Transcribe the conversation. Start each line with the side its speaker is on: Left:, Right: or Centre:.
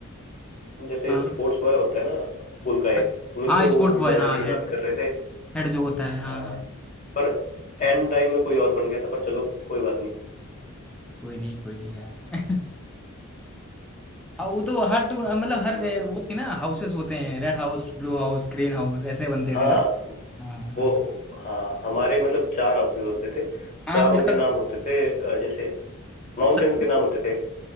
Left: जैसे
Centre: हाँ
Left: स्पोर्ट्स बॉय होता है ना स्कूल का
Centre: हाँ
Left: एक तो मेरे
Centre: हाँ
Left: को
Centre: स्पोर्ट
Left: वो
Centre: बॉय
Left: बनाने
Centre: हाँ
Left: की
Centre: हेड
Left: बात कर रहे थे
Centre: हेड जो होता है हाँ
Left: हाँ
Centre: हाँ
Left: पर एंड टाइम में कोई और बन गया था पर चलो कोई बात नहीं
Centre: कोई नहीं कोई नहीं यार <laughs> हाँ, वो तो हर टूर मतलब
Left: हम्म।
Centre: हर ए, वो थी ना हाउसेस होते हैं red house blue house green house ऐसे बनते
Left: हाँ
Centre: थे ना हाँ हाँ हाँ
Left: वो
Centre: हाँ
Left: हाँ हमारे मतलब चार हाउसेस होते थे
Centre: हाँ,
Left: चारों
Centre: हम सब
Left: के नाम होते थे अ, जैसे माउंटेन्स
Centre: सब
Left: के नाम होते थे